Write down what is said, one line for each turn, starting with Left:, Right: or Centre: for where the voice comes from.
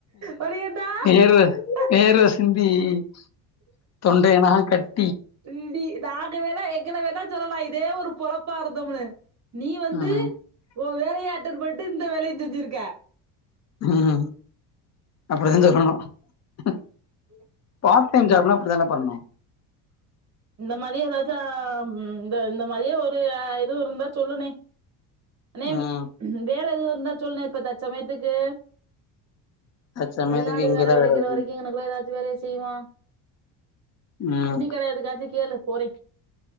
Right: பண்டா
Left: வேர்வ
Right: <unintelligible>
Left: <unintelligible>
Right: <unintelligible> <unintelligible> ஏற்கனவே தான் சொல்லலாம் இதே ஒரு பொழப்பா இருந்தோம்னு நீ வந்து
Left: ம்
Right: ஒன் வேலைய அட்டன் பட்டு எந்த வேலையும் செஞ்சிருக்கே
Left: உம் அப்படி தான் சொல்லணும் அஹா
Right: இல்ல
Left: பார் டைம் ஜாப்னா அப்டிதானே பண்ணோணும்
Right: இந்த மாதிரியே ஏதாச்சா இந்த இந்த மாதிரியே ஒரு எதுவும் இருந்தா சொல்லுனேன் அண்ணே
Left: ம்
Right: வேறது தான் சொல்லுணேன் இப்ப தச்சமயத்துக்கு
Left: அது சமயத்துக்கு
Right: வெளிநாடு
Left: இங்கதா
Right: வேலை கெடைக்கிற
Left: வேல இருக்கு
Right: வரைக்கும் இங்கனக்குள்ள ஏதாச்சும் வேல செய்வோம்
Left: ம்
Right: துணிகடை எதுக்காச்சும் கேலு போரேன்